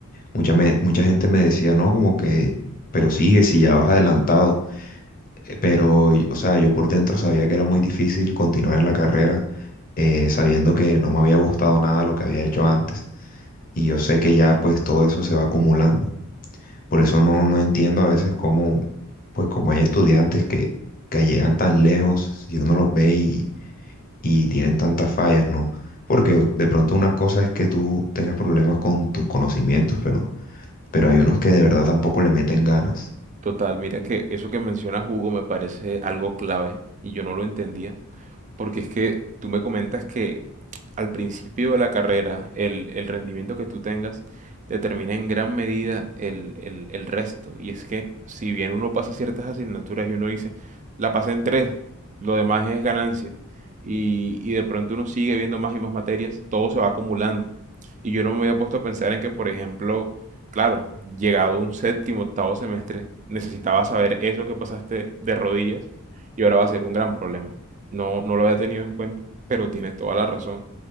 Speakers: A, on the left (about 40°); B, on the right (about 35°).
A: mucha, me- mucha gente me decía, no, como que, pero sigue si ya vas adelantado. Eh, Pero, o sea, yo por dentro sabía que era muy difícil continuar en la carrera, eh, sabiendo que no me había gustado nada lo que había hecho antes. Y yo sé que ya pues todo eso se va acumulando. Por eso no, no entiendo a veces cómo, pues como hay estudiantes que, que llegan tan lejos, si uno los ve y, y tienen tantas fallas, ¿no? Porque de pronto una cosa es que tú tengas problemas con tus conocimientos, pero, pero hay unos que de verdad tampoco le meten ganas.
B: Total, mira que eso que menciona Hugo, me parece algo clave y yo no lo entendía, porque es que tú me comentas que al principio de la carrera, el, el rendimiento que tú tengas determina en gran medida el, el, el resto. Y es que si bien uno pasa ciertas asignaturas y uno dice, la pasé en tres, lo demás es ganancia, y, y de pronto uno sigue viendo más y más materias, todo se va acumulando. Y yo no me había puesto a pensar en que, por ejemplo, claro, llegado un séptimo, octavo semestre, necesitaba saber eso que pasaste de rodillas y ahora va a ser un gran problema. No, no lo había tenido en cuenta, pero tiene toda la razón.